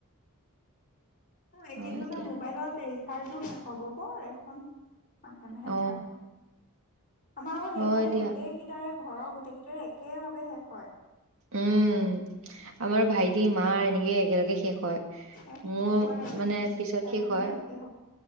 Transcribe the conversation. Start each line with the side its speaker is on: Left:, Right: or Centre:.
Left: অ এইকেইদিনতে
Right: হয় দিয়া
Left: মোবাইলত এই ৰিচাৰ্জো শেষ হ'ব বৰ এখন। মাহে মাহে
Right: অ',
Left: ভৰাই থাক আমাৰ আৰু শেষ
Right: হয়
Left: হলে
Right: দিয়া
Left: গোটেইকেইটাৰে ঘৰৰ গোটেইকেইটাৰে একে একে লগে শেষ হয়
Right: উম আমাৰ ভাইটি মা এনেকে একেলগে শেষ হয়।
Left: শেষ
Right: মোৰ
Left: হবই আৰু
Right: মানে
Left: এইকেইদিনতে
Right: পিছত
Left: কাইলে
Right: শেষ হয়
Left: মানে শেষেই হ'ব।